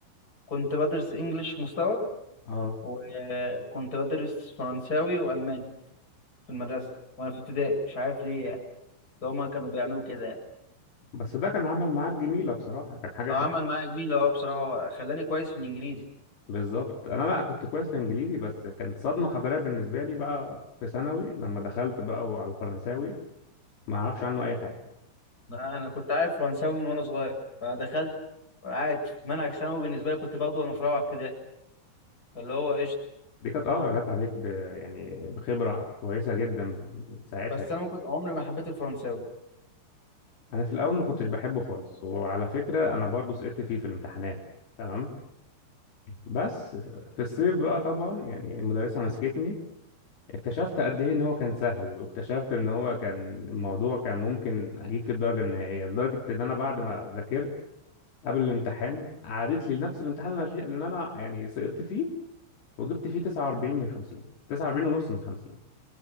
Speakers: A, on the left; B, on the left.
A: كنت بدرس انجليش مستوى
B: اه
A: وكنت بدرس فرنساوي والماني في المدرسه وانا في ابتدائي مش عارف ليه يعني ده هما كانوا بيعملوا كده يعني
B: بس ده كان عمل معاك جميلة بصراحة كان حاجة
A: هو
B: حلوة
A: عمل معايا جميل اه بصراحه هو خلاني كويس في الانجليزي
B: بالظبط أنا لا كنت كويس في إنجليزي بس كانت صدمة حضارية بالنسبة لي بقى في ثانوي لما دخلت بقى وعلى الفرنساوي ما أعرفش عنه أي حاجة
A: لا، انا كنت عارف فرنساوي من وانا صغير فدخلت عادي منهج ثانوي بالنسبه لي كنت باخده وانا في رابعه ابتدائي فاللي هو قشطه
B: دي كانت أه جت عليك ب... يعني بخبرة كويسة جدا ساعتها
A: بس انا ما كنت عمري ما حبيت الفرنساوي
B: أنا في الأول ما كنتش بحبه خالص وعلى فكرة أنا برضه سقطت فيه في الامتحانات تمام بس في الصيف بقى طبعا يعني المدرسة مسكتني اكتشفت قد ايه ان هو كان سهل واكتشفت ان هو كان الموضوع كان ممكن اجيب فيه الدرجه النهائيه لدرجه ان انا بعد ما ذاكرت قبل الامتحان عادت لي لنفس الامتحان اللي أنا شي- اللي انا يعني سقطت فيه وجبت فيه 49 من 50 49 ونص من 50